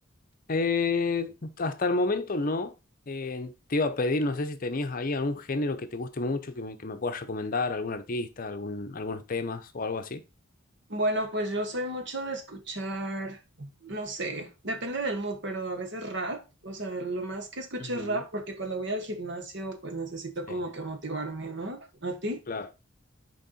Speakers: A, on the left; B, on the right.
A: eh, hasta el momento no. Eh, te iba a pedir, no sé si tenías ahí algún género que te guste mucho, que me, que me puedas recomendar, algún artista, algún, algunos temas o algo así.
B: Bueno, pues yo soy mucho de escuchar, no sé, depende del mood, pero a veces rap, o sea, lo más que escucho
A: Ujú.
B: es rap porque cuando voy al gimnasio, pues necesito
A: Sí.
B: como que motivarme, ¿no? ¿A ti?
A: Claro.